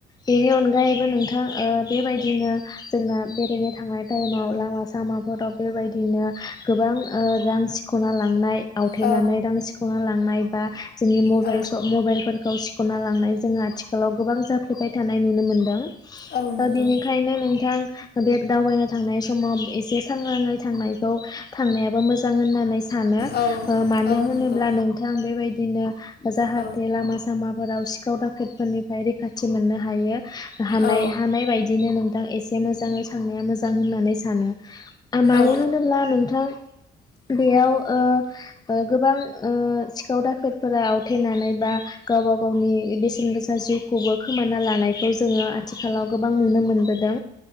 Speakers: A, on the left (about 20°); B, on the left (about 55°).
A: बेनि अनगायैबो नोंथ थां ओह बेबायदिनो जोंना बेरायनो थांनाय टायेमाव लामा सामाफोराव बेबायदिनो गोबां ओ रां सिख खना लांनाय आवथेनानै
B: औ
A: रां सिख'ना लांनाय बा जोंनि मबेल
B: औ
A: स मबेलफोरखौ सिख' ना लांनाय जोङो आथिखालाव गोबां जाफ्लेबाय थानाय नुनो मोनदों।
B: औ नंगौ
A: दा बेनिखायनो नोंथां बे दावबायनो थांनाय समाव एसे सांग्राङै थांनायखौ थांनायाबो मोजां होननानै स सानो
B: औ
A: ओह मानो
B: औ
A: होनोब्ला
B: नंगौ
A: नोंथां बेबायदिनो जाहाथे
B: औ
A: लामा सामाफोराव सिखाव दाखेद फोरनिफाय रैखाथि मोननोहायो। हानाय
B: औ
A: हानाय बायदिनो नोंथां एसे मोजाङै साननाया मोजां होननानै सानो। आ मानो
B: औ
A: होनोब्ला नोंथां बेयाव ओह ओह गोबां ओह सिखाव दाखोतफोरा आवथेनानै बा गावबा गावनि बेसेनगोसा जिउखौबो खोमानो ना लानायखौ जोङो आथिखालाव गोबां नुनो मोनबोदों